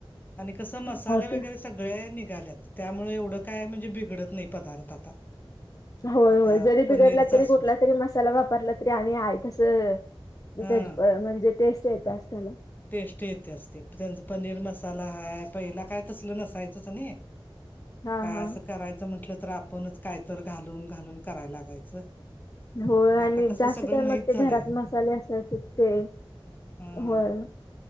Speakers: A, on the left; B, on the left.
A: आणि कस मसाले
B: हो ते
A: वगैरे. सगळे निघाल्यात त्यामुळे एवढं काय म्हणजे बिघडत नाही पदार्थ आता.
B: होय
A: आता
B: होय जरी
A: पनीरचा
B: बिघडला तरी
A: असू
B: कुठला
A: दे.
B: तरी मसाला वापरला तरी आणि आहे तस
A: हा
B: त्या म्हणजे टेस्ट येत्याच त्याला.
A: टेस्ट येते असते त्यांचा पनीर मसाला हाय पहिला काय तसलं नसायचंच नाही.
B: हा
A: काय
B: हा
A: असं करायचं म्हंटलं तर आपणच कायत घालून घालून करायला लागायचं.
B: होय
A: पण
B: आणि
A: आता कसं
B: जास्त
A: सगळं
B: काय
A: माहित
B: मग ते घरात
A: झालंय
B: मसाले असल्या वर शिकते
A: हा
B: होय